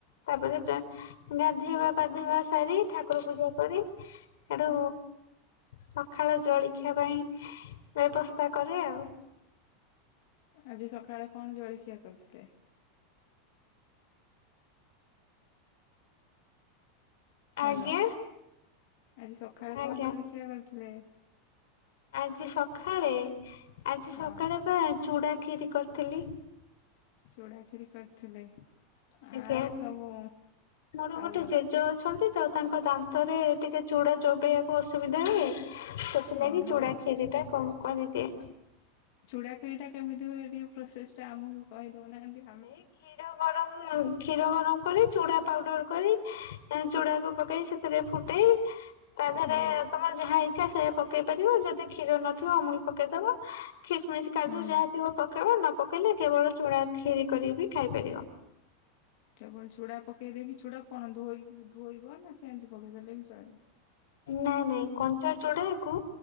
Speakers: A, on the left; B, on the left.
A: ତାପରେ ଗାଧେଇବା ପାଧେଇବା ସାରି ଠାକୁର ପୂଜା କରି ହେଠୁ ସଖାଳ ଜଳଖିଆ ପାଇଁ ବ୍ୟବସ୍ଥା କରେ ଆଉ।
B: ଆଜି ସଖାଳେ କଣ ଜଳଖିଆ କରିଥିଲେ? ହଲୋ
A: ଆଜ୍ଞା
B: ଆଜି ସଖାଳେ କଣ
A: ଆଜ୍ଞା
B: ଜଳିଖିଆ କରିଥିଲେ?
A: ଆଜି ସଖାଳେ ଆଜି
B: ହଁ
A: ସକାଳେ ବା ଚୁଡା କ୍ଷୀରୀ କରିଥିଲି।
B: ଚୁଡାଖିରି କରିଥିଲେ।
A: ଆଜ୍ଞା
B: ଆଉ ସବୁ
A: ମୋର
B: ଆଉ
A: ଗୋଟେ ଜେଜ ଅଛନ୍ତି ତ ତାଙ୍କ ତାଙ୍କ ଦାନ୍ତରେ ଟିକେ ଚୁଡା ଚୋବେଇଆକୁ ଅସୁବିଧା ହୁଏ। ସେଥିଲାଗି
B: ଓହୋ
A: ଚୁଡ଼ା ଖିରି ଟା କରିଦିଏ।
B: ଚୁଡାଖିୀରି ଟା କେମିତି ହୁଏ ପ୍ରୋସେସ ଟା ଆମକୁ କହିଦଉନାହାନ୍ତି?
A: ଏଇ କ୍ଷୀର ଗରମ କ୍ଷୀର ଗରମ କରି ଚୁଡ଼ା ପାଉଡର କରି ଚୁଡ଼ାକୁ ପକେଇ ସେଥିରେ ଫୁଟେଇ ତା ଦେହରେ
B: ହୁଁ
A: ତମର ଯାହା ଇଚ୍ଛା ସେଇୟା ପକେଇ ପାରିବ ଯଦି କ୍ଷୀର ନ ଅମୂଲ ପକେଇଦବ ଖିସମିସ କାଜୁ
B: ହୁଁ।
A: ଯାହା ଥିବ ପକେଇବ ନ ପକେଇଲେ କେବଳ ଚୁଡା ଖିରି କରି ବି ଖାଇପାରିବ।
B: କେବଳ ଚୁଡା ପକେଇ ଦେଇକି ଚୁଡ଼ା କୁ କଣ ଧୋଇକି ଧୋଇବ ନା ସେଏଁତି ପକେଇଦେଲେ ବି ଚଳିବ।
A: ନାଇଁ ନାଇଁ କଞ୍ଚା ଚୁଡାକୁ